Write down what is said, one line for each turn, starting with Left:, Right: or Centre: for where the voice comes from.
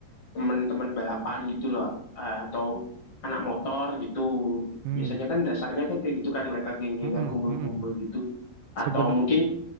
Left: teman-teman balapan gitu loh eh, atau anak motor gitu
Right: hmm
Left: biasanya kan dasarnya kan kayak gitu kan mereka geng-gengan
Right: mm-mm,
Left: kumpul-kumpul
Right: mm-mm.
Left: gitu atau
Right: Sebena-
Left: mungkin